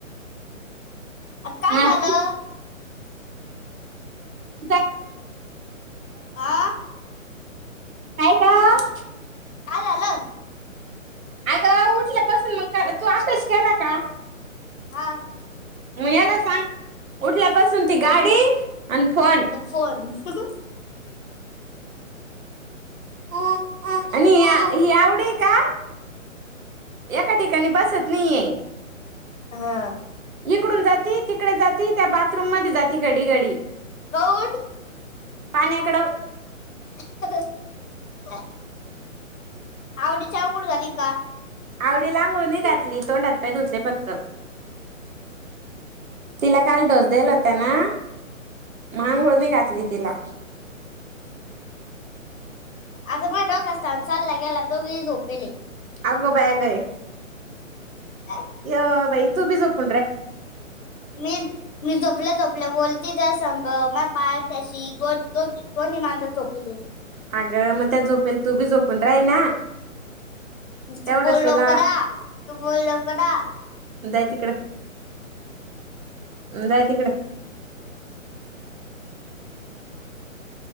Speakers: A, on the left (about 70°); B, on the right (about 75°).
A: काय
B: हा
A: झालं.
B: तू <unintelligible> <inaudible>
A: आ.
B: काय ग.
A: काय झालं.
B: अगं उठल्यापासून म क तू अभ्यास केला का?
A: हां.
B: मग याला सांग उठल्यापासून ती गाडी आणि फोन
A: <unintelligible> फोन. <inaudible>
B: <unintelligible> आणि या यावडे का? एका ठिकाणी बसत नाहीये.
A: हं.
B: इकडून जाती तिकडे जाती त्या बाथरूममध्ये जाती घडी घडी.
A: <unintelligible>
B: पाण्याकडं
A: <inaudible> आवडीच्या उड झाली. का?
B: आवडीला अंघोळ नाई घातली. तोंड, हात, पाय धुतले फक्त. तिला काल डोस दिला होत ना मग अंघोळ नय घातली तिला.
A: आता माझ्या डोक्याचा ताण चालला गेला दोघेही झोपेले.
B: अगो बाया गय
A: अ,
B: य भाई तू बी झोप. <inaudible>
A: मी मी झोपलं झोपलं बोलती त्यासंग म पाय थ्याशी दोन दोन दोन्ही मांजर झोपिले.
B: अगं मग त्या झोपेल तू बी झोपून राही ना.
A: तू
B: तेवढंच
A: बोल
B: तुला
A: लवकर आ <inaudible> तू बोल लवकर आ <inaudible>
B: जाय तिकडं जाय तिकड- <inaudible>